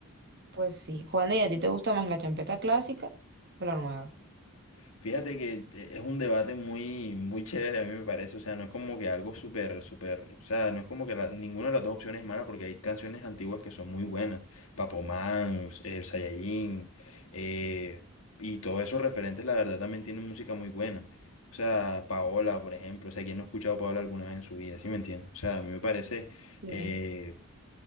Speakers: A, on the right; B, on the left.
A: Pues sí, Juan, ¿y a ti te gusta más la champeta clásica o la nueva?
B: Fíjate que eh, es un debate muy, muy chévere, a mí me parece. O sea, no es como que algo súper, súper. O sea, no es como que la- ninguna de las dos opciones es mala porque hay canciones antiguas que son muy buenas. Papomán, El Saiyajin, eh, y todos esos referentes, la verdad, también tienen música muy buena. O sea, Paola, por ejemplo. O sea, ¿quién no ha escuchado a Paola alguna vez en su vida? ¿Sí me entiendes? O sea, a mí me parece.
A: Sí.
B: eh,